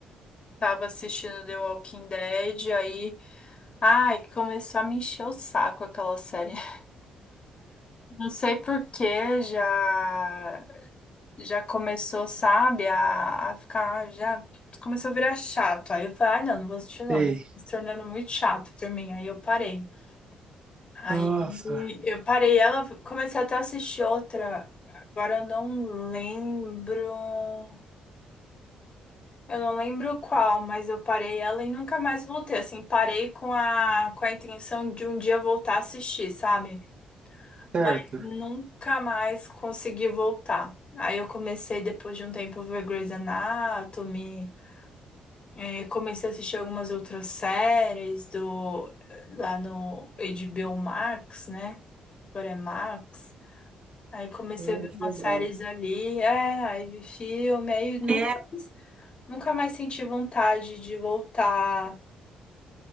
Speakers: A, on the left (about 40°); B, on the right (about 40°).
A: tava assistindo The Walking Dead, aí, ai, começou a me encher o saco aquela série. <laughs> Não sei por que já. já começou, sabe, a, a ficar, já começou a virar chato. Aí eu falei, ah, não, não vou assistir não,
B: Ei,
A: já tá se tornando muito chato pra mim. Aí eu parei. Aí
B: nossa,
A: eu parei ela, comecei até a assistir outra. Agora eu não lembro. Eu não lembro qual, mas eu parei ela e nunca mais voltei. Assim, parei com a, com a intenção de um dia voltar a assistir, sabe?
B: certo.
A: mas nunca mais consegui voltar. Aí eu comecei, depois de um tempo, a ver Grey's Anatomy, eh, comecei a assistir algumas outras séries do, lá no HBO Max, né? Agora é Max. Aí comecei
B: Ai,
A: a ver
B: que
A: umas
B: legal.
A: séries ali, é, aí vi filme, aí nunca,
B: É,
A: mais- nunca mais senti vontade de voltar